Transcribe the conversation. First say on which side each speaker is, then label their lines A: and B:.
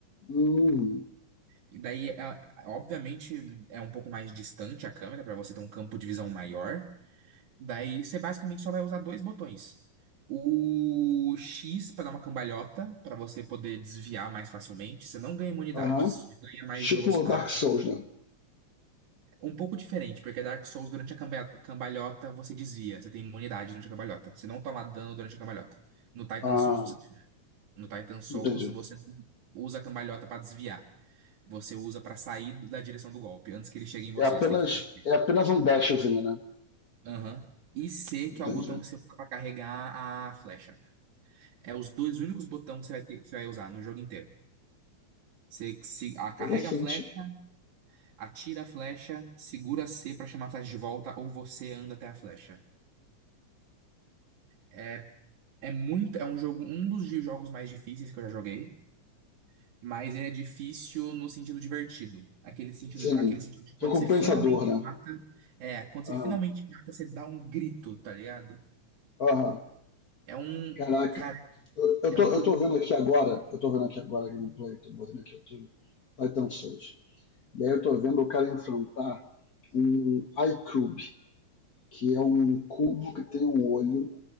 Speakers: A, on the left; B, on the right.
A: Hum.
B: E Daí, é- obviamente, é um pouco mais distante a câmera para você ter um campo de visão maior. Daí, você basicamente só vai usar dois botões. O X para dar uma cambalhota, para você poder desviar mais facilmente. Você não ganha imunidade,
A: Aham.
B: você ganha mais
A: Tipo
B: velocidade.
A: Dark Souls, né?
B: Um pouco diferente, porque Dark Souls, durante a camba- cambalhota, você desvia. Você tem imunidade durante a cambalhota. Você não toma dano durante a cambalhota. No Titan
A: Ah,
B: Souls, você... No Titan Souls,
A: entendi.
B: você usa a cambalhota para desviar você usa pra sair da direção do golpe, antes que ele chegue em você.
A: É apenas,
B: Você tem que permitir.
A: é apenas um dashzinho, né?
B: Aham. E C,
A: Entendi.
B: que é o botão que você usa pra carregar a flecha. É os dois únicos botões que você vai ter, que você vai usar no jogo inteiro. Você se, a- carrega
A: Interessante.
B: a flecha, atira a flecha, segura C pra chamar a flecha de volta, ou você anda até a flecha. É, é muito, é um jogo, um dos jogos mais difíceis que eu já joguei. Mas ele é difícil no sentido divertido. Aquele sentido,
A: Sim.
B: aquele sentido de quando
A: Recompensador,
B: você finalmente
A: né?
B: mata. É, quando
A: Aham.
B: você finalmente mata, você dá um grito, tá ligado?
A: Aham.
B: É um.
A: Caraca.
B: Cara,
A: Eu, eu,
B: é
A: tô,
B: um jogo.
A: eu tô vendo aqui agora, eu tô vendo aqui agora a gameplay, tô botando aqui o YouTube, Titan Souls. E aí eu tô vendo o cara enfrentar um iCube, que é um cubo que tem um olho,